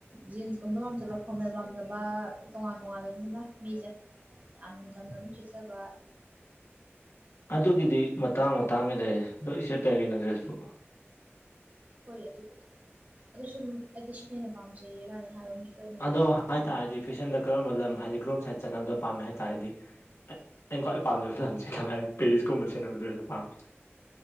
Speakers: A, on the right; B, on the left.
A: ꯖꯤꯟꯁꯀꯨꯝꯕ ꯄꯥꯝꯖꯕ ꯐꯣꯔꯃꯦꯜ ꯄꯥꯝꯖꯕ ꯇꯣꯉꯥꯟ ꯇꯣꯉꯥꯟ ꯂꯩꯕꯅꯤꯅ ꯃꯤꯖ‌ꯦ ꯌꯥꯝꯅ ꯆꯝꯅ ꯑꯗꯨꯝ ꯁ‌ꯦꯠꯆꯕ
B: ꯑꯗꯨꯒꯤꯗꯤ ꯃꯇꯥꯡ ꯃꯇꯥꯡꯒꯤ ꯂꯩꯔꯦ ꯂꯣꯏ ꯁꯦꯠꯄ ꯌꯥꯏ ꯀꯩꯅꯣ ꯗ꯭ꯔꯦꯁꯄꯨ
A: ꯍꯣꯏ ꯑꯗꯨꯕꯨꯗꯤ ꯑꯗꯨꯁꯨ ꯑꯗꯨꯝ ꯑꯩꯗꯤ ꯁꯤꯅ ꯍꯦꯟꯅ ꯄꯥꯝꯖꯩꯌꯦ ꯀꯥꯏꯅ ꯍꯥꯏꯕ ꯃꯤꯁꯨ ꯂꯩꯕꯅꯦꯕ
B: ꯑꯗꯣ ꯍꯥꯏ ꯇꯥꯔꯗꯤ ꯐꯦꯁꯟꯗ ꯀꯔꯝꯕ ꯂꯝ ꯍꯥꯏꯗꯤ ꯀꯔꯣꯝ ꯁꯥꯏꯗ ꯆꯠꯅꯕꯗꯣ ꯄꯥꯝꯃꯦ ꯍꯥꯏ ꯇꯥꯔꯗꯤ ꯑ ꯑꯩꯅ ꯈ꯭ꯋꯥꯏ ꯄꯥꯝꯖꯕ ꯂꯝꯁꯦ ꯀꯃꯥꯏꯅ ꯄꯦꯔꯤꯁꯀꯨꯝꯕ ꯁ‌ꯦꯠꯅꯕ ꯗ‍꯭ꯔ‌ꯦꯁꯇꯨ ꯄꯥꯝꯃꯦ